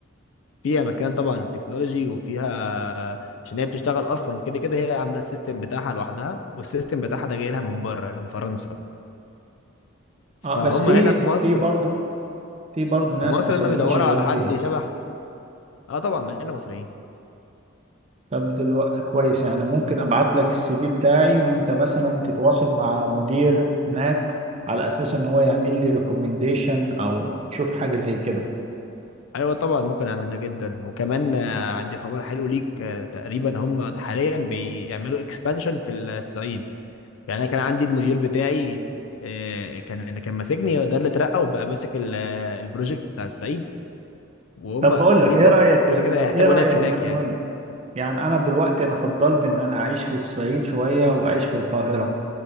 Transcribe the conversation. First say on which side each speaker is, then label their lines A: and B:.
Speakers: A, on the left; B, on the right.
A: فيها مكان طبعا التكنولوجي وفيها عشان هي بتشتغل اصلا كده كده هي عامله السيستم بتاعها لوحدها والسيستم بتاعها ده جاي لها من بره من فرنسا فهم
B: أه بس في
A: هنا في مصر
B: في برضه في برضه
A: في
B: ناس
A: مصر
B: مصريين
A: هنا بيدوروا
B: شغالين
A: على حد
B: فيها
A: شبهك اه طبعا مننا مصريين
B: طب دلوقتي كويس يعني ممكن ابعت لك السي في بتاعي وانت مثلا تتواصل مع مدير هناك على اساس ان هو يعمل لي ريكومنديشن او تشوف حاجه زي كده
A: ايوه طبعا ممكن اعمل ده جدا وكمان آه، عندي خبر حلو ليك آه، تقريبا هم حاليا بيعملوا اكسبانشن في الصعيد يعني انا كان عندي المدير بتاعي آه، كان اللي كان ماسكني ده اللي اترقى وبقى ماسك ال- آه، البروجكت بتاع الصعيد وهم
B: طب بقول
A: تقريبا
B: لك ايه رايك في
A: كده
B: ال...
A: كده هيحتاجوا
B: ايه رايك
A: ناس هناك
B: مثلا
A: يعني
B: يعني انا دلوقتي انا فضلت ان انا اعيش في الصعيد شويه واعيش في القاهره